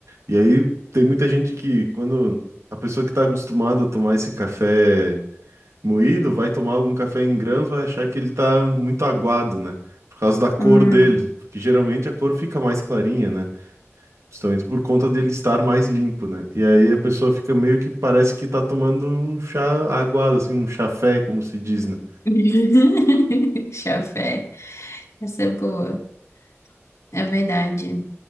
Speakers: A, on the right (about 85°); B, on the left (about 75°).
A: E aí tem muita gente que, quando a pessoa que está acostumada a tomar esse café moído, vai tomar algum café em grãos, vai achar que ele tá muito aguado, né? Por causa da cor
B: Uhum.
A: dele. Porque geralmente a cor fica mais clarinha, né? Justamente por conta dele estar mais limpo, né? E aí a pessoa fica meio que parece que tá tomando um chá aguado, assim, um chafé, como se diz, né?
B: <laughs> Chafé. Essa é boa. É verdade.